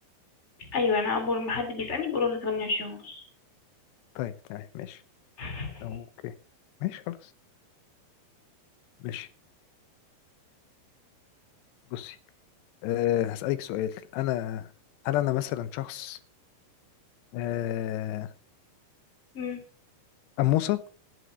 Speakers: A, on the left (about 20°); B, on the left (about 80°).
A: ايوه انا اول ما حد بيسألني بقول انا 28 ونص
B: طيب تمام ماشي
A: <laughs>
B: اوكي ماشي خلاص ماشي بصي أه هسألك سؤال انا هل انا مثلا شخص أه
A: امم
B: أموسة